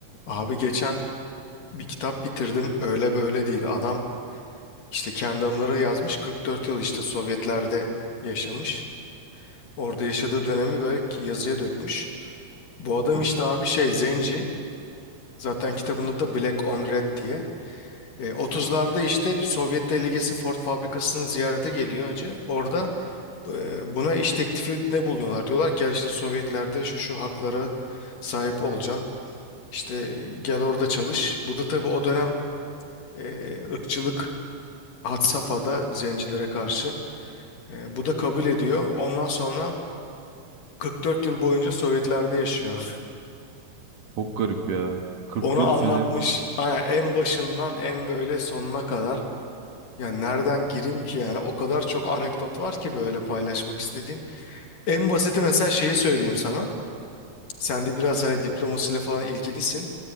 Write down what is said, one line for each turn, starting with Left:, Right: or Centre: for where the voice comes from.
Left: Abi geçen bir kitap bitirdim öyle böyle değil. Adam işte kendi anıları yazmış 44 yıl işte Sovyetler'de yaşamış. Orada yaşadığı dönemi böyle yazıya dökmüş. Bu adam
Right: Hı
Left: işte
Right: hı.
Left: abi şey zenci zaten kitabın adı da Black on Red diye. E, 30'larda işte bir Sovyet delegesi Ford fabrikasını ziyarete geliyor acı. Orada e, buna iş teklifi ne bulunuyorlar? Diyorlar gel işte Sovyetler'de şu şu haklara sahip olacaksın. İşte gel orada çalış. Bu da tabii o dönem e, ırkçılık had safhada zencilere karşı. E, bu da kabul ediyor. Ondan sonra 44 yıl boyunca Sovyetler'de yaşıyor.
Right: Çok garip ya.
Left: <laughs>
Right: 44
Left: Onu anlatmış
Right: sene
Left: Ha, en başından en böyle sonuna kadar. Yani nereden gireyim ki yani o kadar çok anekdot var ki böyle paylaşmak istediğim. En basiti mesela şeyi söyleyeyim sana. Sen de biraz hani diplomasiyle falan ilgilisin.